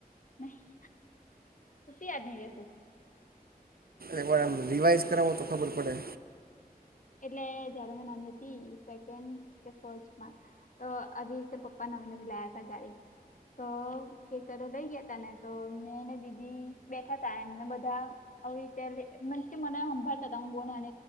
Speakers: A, on the left; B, on the right.
A: નહી ખી યાદ ન રે તું
B: એકવાર એમ રિવાઈઝ કરાવો તો ખબર પડે
A: એટલે જયારે મે નાની હતી સેકન્ડ કે ફર્સ્ટમાં તો અભી તે પપ્પા નવી નવી લાયા ત ગાડી તો ખેતરો લઈ ગયા ત ને તો મેં ને દીદી બેઠા તા એમને બધા હ રીતે મસ કે મને હંભા તમ બોન